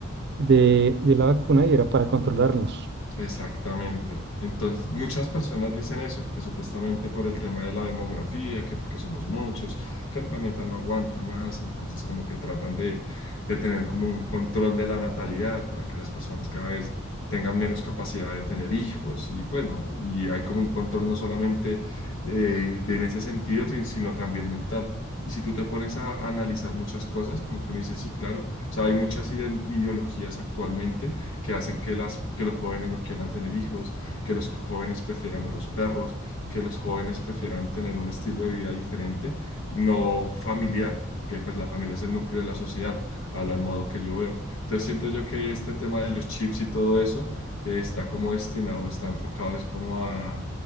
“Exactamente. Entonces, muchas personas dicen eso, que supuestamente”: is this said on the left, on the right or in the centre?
Left